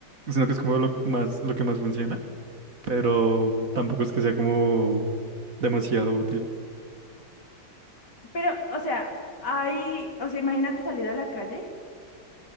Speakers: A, on the right; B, on the left.
A: sino que es como lo más, lo que más funciona, pero tampoco es que sea como demasiado útil.
B: Pero, o sea, hay, o sea, imagínate salir a la calle